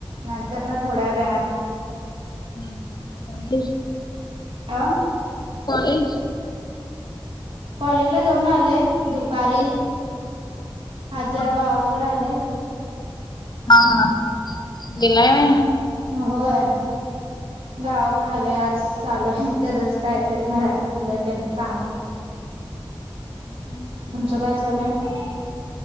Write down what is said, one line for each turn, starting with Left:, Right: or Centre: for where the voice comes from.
Right: नंतरन थोड्या वेळानं
Left: हम्म ओन्ली
Right: आ
Left: कॉलेज
Right: कॉलेजला जाऊन आले दुपारी आज जरा
Left: हा
Right: गावाकडे आले.
Left: हा हा दिलाय होय.
Right: होय गावाकडं आलोय आज चालू आहे त्याजच काहीतरी घरातलं तेन कामं
Left: <unintelligible>
Right: तुमचं काय चालू आहे?